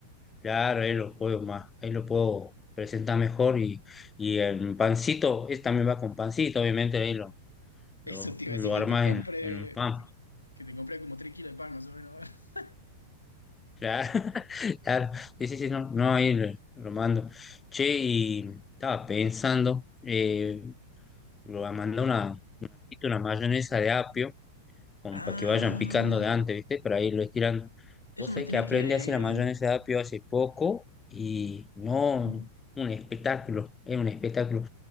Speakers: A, on the left (about 15°); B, on the left (about 85°).
A: claro, ahí lo puedo más, ahí lo puedo presentar mejor y, y el pancito, este también va con pancito, obviamente, ahí lo lo,
B: Eso te iba
A: lo
B: a decir que
A: armas
B: te compré,
A: en, en un pan.
B: que te compré como tres kilos de pan, más o menos. <laughs>
A: Claro, <laughs> claro. Sí, sí, sí, no, no, ahí lo, lo mando. Che, y estaba pensando, eh, lo va a mandar una, una, una mayonesa de apio, como
B: Ah,
A: para que vayan picando de antes, ¿viste? Para irlo estirando.
B: eso
A: Vos sabés
B: me tenés
A: que aprendí
B: que...
A: a hacer la mayonesa de apio hace poco y no,
B: <laughs>
A: un espectáculo, es un espectáculo.